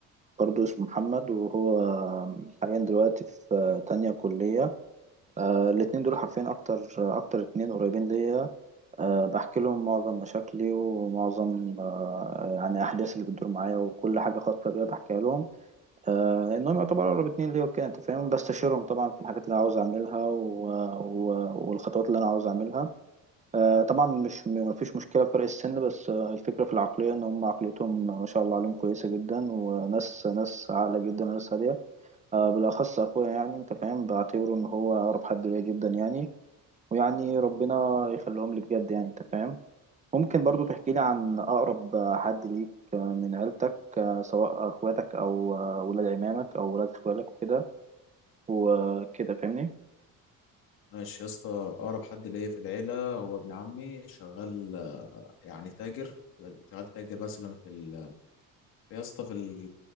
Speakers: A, on the right; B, on the left.
A: برضه اسمه محمد وهو حاليا دلوقتي في تانية كلية آه، الاتنين دول حرفيا أكتر أكتر اتنين قريبين ليا آه، بحكي لهم معظم مشاكلي ومعظم آه، يعني أحداث اللي بتدور معايا وكل حاجة خاصة بيا بحكيها لهم آه لأنهم يعتبروا أقرب اتنين ليا وكده أنت فاهم بستشيرهم طبعا في الحاجات اللي عاوز أعملها و... و... والخطوات اللي أنا عاوز أعملها آه طبعا مش م- مفيش مشكلة في فرق السن بس آه الفكرة في العقلية إن هم عقليتهم ما شاء الله عليهم كويسة جدا وناس ناس عاقلة جدا وناس هادية آه بالأخص أخويا يعني أنت فاهم بعتبره إن هو أقرب حد ليا جدا يعني ويعني ربنا يخليهم لي بجد يعني أنت فاهم ممكن برضو تحكي لي عن أقرب حد ليك من عيلتك سواء أخواتك أو ولاد عمامك أو ولاد إخوالك وكده وكده فاهمني؟
B: ماشي يا اسطى أقرب حد ليا في العيلة هو ابن عمي شغال يعني تاجر شغال تاجر مثلا في ال... يا اسطى في ال...